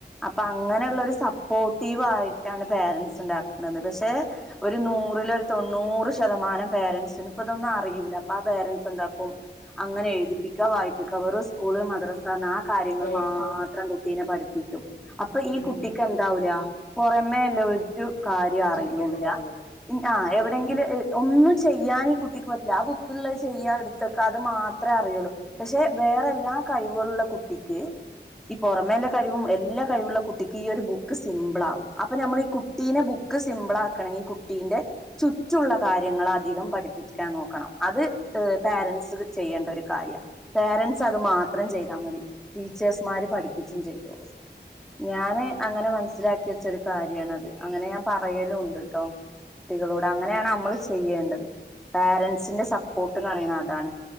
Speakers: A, in the centre; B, on the left.
A: അപ്പൊ അങ്ങനെയുള്ള ഒരു സപ്പോർട്ടീവായിട്ടാണ് പേരൻസ് ഉണ്ടാ പക്ഷെ ഒരു നൂറില് ഒരു തൊണ്ണൂറ് ശ ശതമാനം പേരൻസിന് ഇപ്പ ഇതൊന്നും അറിയൂല ആ പേരൻസ് എന്താക്കും അങ്ങനെ എഴുതിപ്പിക്കാ വായി മിക്കവാറും സ്കൂളി മദ്രസാ കാര്യങ്ങൾ
B: ഉം
A: മാ
B: ഉം
A: കുട്ടീനെ പഠിപ്പിക്കും അപ്പൊ ഈ
B: ഉം
A: കുട്ടിക്ക് എന്താവൂല പുറമേല്ല ഒരു കാര്യം അറിയൂല്ല
B: ചിന്തക്കെ പറഞ്ഞില്ല
A: ഉം ആഹ് എവിടെങ്കിലു ഒന്നും ചെയ്യാൻ ഈ കുട്ടിക്ക് പറ്റില്ല ആ ബുക്കുള്ളത് ചെയ്യാ എടു തൊക്കെ അത് മാത്രേ അറിയുള്ളൂ പക്ഷെ വേറെ എല്ലാ കഴിവുകളുള്ള കുട്ടിക്ക് ഈ പുറമേള്ള കഴിവും എല്ലാ കഴിവുള്ള കുട്ടിക്ക് ഈ ഒരു ബുക്ക് സിമ്പിൾ ആകും അപ്പൊ നമ്മൾ ഈ കുട്ടീനെ ബു ക്ക് സിംമ്പിളാക്കണങ്കി കുട്ടീന്റെ ചുറ്റുള്ള കാര്യങ്ങളധികം പഠിപ്പിക്കാൻ നോക്കണം അത് പേരന്റ്സ് ചെയ്യേണ്ട ഒരു കാര്യാ പേരൻ്റ്സ് അത് മാത്രം ചെയ്താ മതി ടീച്ചേഴ്സ് മാരെ പഠിപ്പിച്ചും ചെയ്തോളും ഞാനെ അങ്ങനെ മനസ്സിലാക്കി ച്ചൊരു കാര്യാണതെ അങ്ങനെ ഞാൻ പറയലുമ്ണ്ട് കേട്ടോ കുട്ടികളോടെ അങ്ങനെ ആണ് അ മ്മളെ ചെയ്യേണ്ടത് പാരന്റ്സിന്റെ സപ്പോർട്ട് ന്നറിയണം അതാണ്